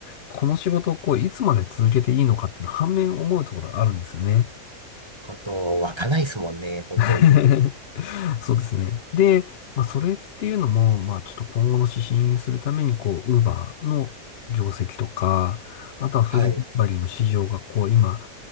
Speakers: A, on the left; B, on the right.
A: この仕事をこういつまで続けていいのかっていうのは反面思うところがあるんですよね。
B: 本当、湧かないですもんね、本当に。
A: <laughs> そうですね。で、まあ、それっていうのも、まあ、ちょっと今後の指針にするために、こう、ウーバーの業績とか、あとはフードデリバリーの市場が、
B: はい。
A: こう、今、